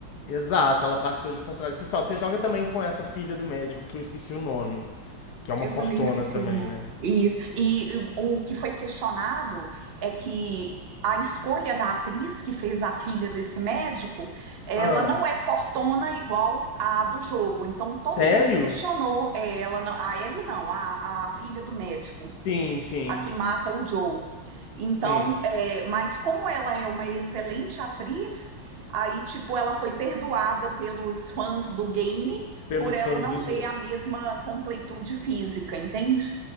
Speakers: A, on the left; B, on the right.
A: Exato, ela passa a ser o personagem principal. Você joga também com essa filha do médico, que eu esqueci o nome, que é uma
B: Eu
A: fortona
B: também esqueci
A: também,
B: o nome.
A: né?
B: Isso. E o que foi questionado é que a escolha da atriz que fez a filha desse médico, ela
A: Ah,
B: não é fortona igual a do jogo. Então todo
A: sério?
B: mundo questionou é, ela, não- a ele não, a, a filha do médico.
A: Sim, sim,
B: a que mata o Joe. Então,
A: sim.
B: é, mas como ela é uma excelente atriz, aí, tipo, ela foi perdoada pelos fãs do game
A: Pelos
B: por ela
A: fãs
B: não
A: do jogo.
B: ter a mesma completude física, entende?